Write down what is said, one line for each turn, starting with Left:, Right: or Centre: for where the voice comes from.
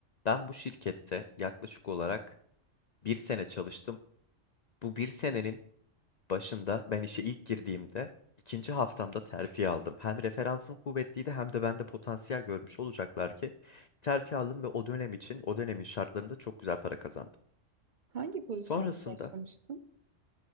Left: Ben bu şirkette yaklaşık olarak bir sene çalıştım. Bu bir senenin başında ben işe ilk girdiğimde ikinci haftamda terfi aldım. Hem referansım kuvvetliydi hem de bende potansiyel görmüş olacaklar ki terfi aldım ve o dönem için o dönemin şartlarında çok güzel para kazandım.
Right: Hangi pozisyonda
Left: Sonrasında
Right: başlamıştım?